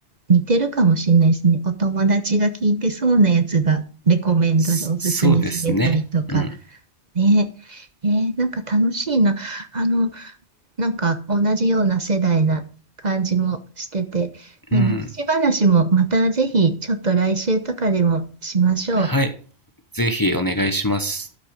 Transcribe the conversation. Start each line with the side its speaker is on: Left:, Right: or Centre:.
Right: 似てるかもしれないですね。お友達が聞いてそうなやつがレコメンドでおすすめされたりとか、
Left: そそうですね。うん、
Right: ねえーなんか楽しいな。あの、なんか同じような世代な感じもしてて、ね、
Left: うん、
Right: 昔話もまたぜひちょっと来週とかでもしましょう。
Left: はい、ぜひお願いします。